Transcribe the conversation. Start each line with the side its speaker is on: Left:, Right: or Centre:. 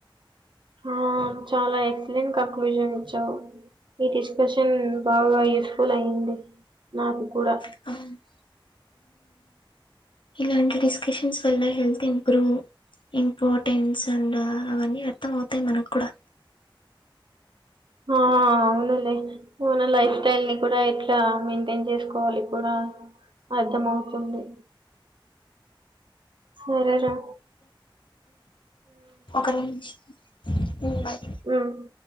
Right: ఆ చాలా ఎక్సలెంట్ కంక్లూజన్ ఇచ్చావు ఈ డిస్కషన్ బాగా యూస్ఫుల్ అయ్యింది నాకు కూడా
Left: అ <inaudible> ఇలాంటి డిస్కషన్స్ వల్ల హెల్త్ ఇంప్రూవ్ ఇంపార్టెన్స్ అండ్ అవన్నీ అర్థం అవుతాయి మనకు కూడా
Right: ఆ అవునులే మన లైఫ్ స్టైల్ ని కూడా ఎట్లా మెయింటైన్ చేసుకోవాలి కూడా అర్థం అవుతుంది సరే రా
Left: ఒక నిమ్ష ఉమ్ బాయ్
Right: ఉమ్